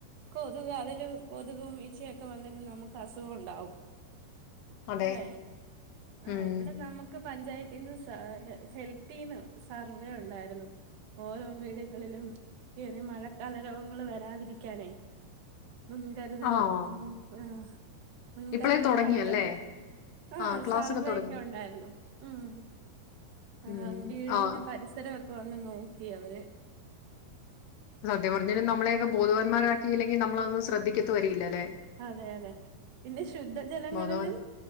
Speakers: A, on the right; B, on the left.
A: കൊതുക് അതിലും കൊതുകും ഈച്ചയൊക്കെ വന്നിട്ട് നമുക്ക് അസുഖം ഉണ്ടാവും
B: അതെ.
A: അല്ലെ ആ
B: ഉം.
A: ഇവിടെ നമുക്ക് പഞ്ചായത്ത് ഇന്ന് സ ഹെൽത്തിന്ന് സർവേ ഉണ്ടായി ഓരോ വീടുകളിലും കേറി മഴക്കാല രോഗങ്ങൾ വരാതിരിക്കാനേ മുൻകരുതുകൾ
B: ആഹ്
A: ഉം ആ മുൻകരുതലായിട്ട്
B: ഇപ്പളേ തുടങ്ങിയല്ലേ?
A: ആ
B: ആഹ് ക്ലാസ്സൊക്കെ
A: സർവേ
B: തുടങ്ങി.
A: ഒക്കെ ഉണ്ടായിരുന്നു ഉം ആ
B: ഉം.
A: വീടിന്റെ
B: ആഹ്
A: പരിസരവൊ ഒക്കെ വന്ന് നോക്കി അവര്
B: സത്യ പറഞ്ഞിട്ടും നമ്മളൊക്കെ
A: ഉം
B: ബോധവന്മാരാക്കിയില്ലെങ്കി നമ്മ നമ്മളങ് ശ്രദ്ധിക്കത്ത് വരിയില്ല ലെ
A: അതെ അതെ പിന്നെ ശുദ്ധജലങ്ങളിലും
B: ബോധവാൻ